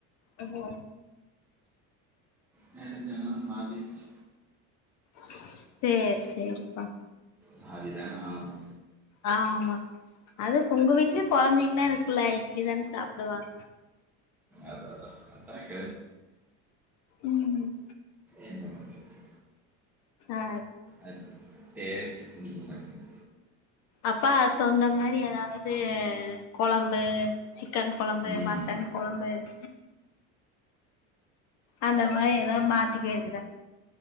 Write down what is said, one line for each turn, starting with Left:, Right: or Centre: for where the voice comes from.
Left: ஒஹோ
Centre: மேரேஜானா மாறிருச்சு
Left: செர் செரிப்பா
Centre: மாரிதன ஆவுனு
Left: ஆமா அது உங்க வீட்லயு கொழந்தைங்கலா இருக்குல்ல இட்லி தான சாப்டுவாங்க
Centre: அது அதுதா <unintelligible>
Left: ம்
Centre: என்ன வந்துச்சி
Left: ஆ
Centre: அந் டேஸ்ட் புடிக்கக மாட்டிங்குது
Left: அப்பா தொண்ட மாரி ஏதாவது கொழம்பு சிக்கன் கொழம்பு
Centre: ம்
Left: மட்டன் கொழம்பு <unintelligible> அந்த மாரி ஏதாது மாத்திக்க வேண்டியத